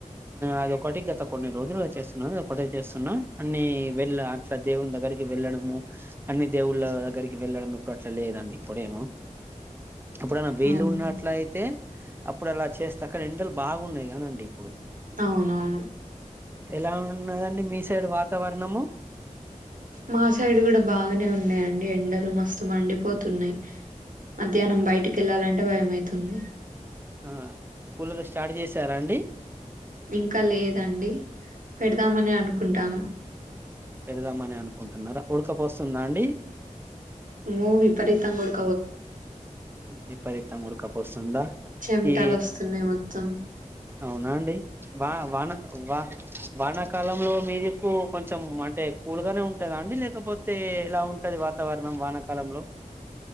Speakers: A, on the right; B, on the right.
A: అదోకటి గత కొన్ని రోజులు చేస్తున్నా అదొ ఒకటే చేస్తున్నా అన్ని వెళ్ళ అట్లా దేవుని దగ్గరికి వెళ్ళడము. అన్ని దేవుళ్ళ దగ్గరికి వెళ్ళడం ఇప్పుడు అట్లా లేదండి. ఇప్పుడేమో ఎప్పుడన్న వీలున్నట్లయితే
B: అవును
A: అప్పుడు అలా చేస్తే అక్కడ ఎండలు బాగున్నాయి కదండి ఇప్పుడు
B: అవునవును.
A: ఎలా ఉన్నదండి మీ సైడ్ వాతావరణము.
B: మా సైడ్ కూడా బాగానే ఉన్నాయండి ఎండలు మస్తు మండిపోతున్నాయి. మధ్యాహ్నం బయటికెళ్ళాలంటే భయమైతుంది
A: ఆ కూలర్ స్టార్ట్ చేసారా అండి
B: ఇంకా లేదండి పెడదామని అనుకుంటాను
A: పెడదామని అనుకుంటున్నారా ఉడకపోస్తుందా అండి
B: మో విపరీతంగా ఉడ్
A: విపరీతంగా ఉడకపో వస్తుందా
B: చెమటలు
A: ఈ
B: వస్తున్నాయి మొత్తం
A: అవునా అండి వా వాన వా వానాకాలంలో మీదిక్కు కొంచెం అంటే కూల్గానే ఉంటందా అండి లేకపోతే ఎలా ఉంటది వాతావరణం వానాకాలంలో